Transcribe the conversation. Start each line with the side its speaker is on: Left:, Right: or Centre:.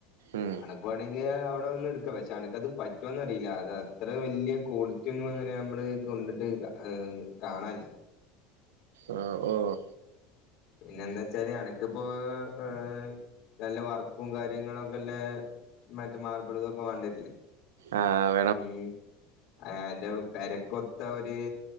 Right: ഉം
Left: അട വാണങ്കി അവിടെ വന്ന് എടുക്കാം പക്ഷെ അനക്കത് പറ്റോന്നറിയില്ല അത് അത്ര വല്യ കോ ക്യോന്നും അങ്ങനെ അമ്മള് കൊണ്ടിട്ട് അഹ് കാണല്ല
Right: ആഹ് ഓഹ്
Left: പിന്നെ എന്താച്ചാല് അനക്ക്പ്പോ ഏഹ് ഏഹ് നല്ല വർക്കും കാര്യങ്ങളൊക്കെല്ലെ മറ്റേ മാർബിൾ തൊക്കെ വാണ്ട്യര്ല്ലേ
Right: ആഹ്
Left: ഉം ആഹ് അന്റെ പെരക്കൊത്ത ഒര്